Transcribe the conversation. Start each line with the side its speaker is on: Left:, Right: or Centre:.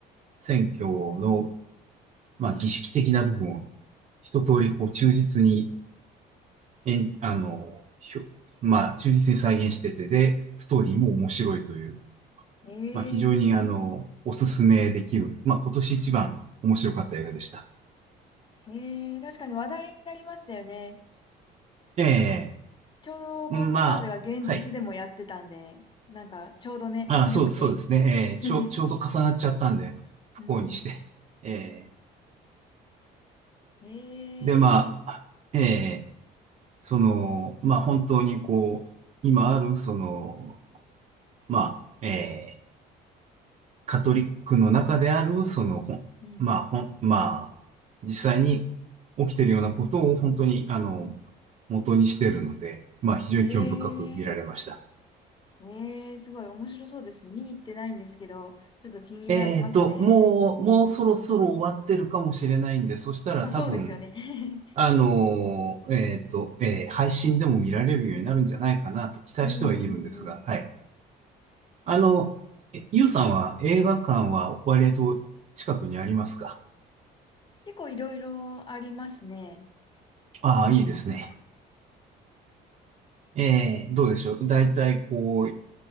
Right: 選挙の、まあ、儀式的な部分を、一通り、こう、忠実に、えん、あの、ひょ、まあ、忠実に再現してて、で、ストーリーも面白いという、
Left: うんうん。え
Right: まあ、非常に、あの、
Left: え
Right: おすすめできる、まあ、今年一番面白かった映画でした。
Left: ええ確かに話題になりましたよね。
Right: ええ
Left: ちょうどコンクラベが現実でもやってたんで、
Right: うんまあ、はい。
Left: なんかちょうどね、
Right: あ、
Left: <laughs> 良くて。
Right: そう、そうですね。
Left: <laughs>
Right: ええちょ、ちょうど重なっちゃったんで、不幸にして。
Left: うんう
Right: <laughs> ええ
Left: ん。
Right: で、まあ、
Left: ええ
Right: ええその、まあ、本当にこう、今ある、その、まあ、ええカトリックの中である、その、ほん、
Left: うん。
Right: まあ、ほん、まあ、実際に起きてるようなことを本当に、あの、元にしてるので、まあ、非常に興味深く見られました。
Left: ええええすごい面白そうですね。見に行ってないんですけど、ちょっと気になりますね。
Right: えっと、もう、もうそろそろ終わってるかもしれないんで、そしたら多分、
Left: ま、あそうですよね。<laughs>
Right: あのーえっと、えー配信でも見られるようになるんじゃないかなと期待してはいるんですが、
Left: うんうんうん。
Right: はい。あの、えゆうさんは映画館は割と近くにありますか
Left: 結構いろいろありますね。
Right: ああー、いいですね。ええどうでしょう。だいたいこう、
Left: うんうん。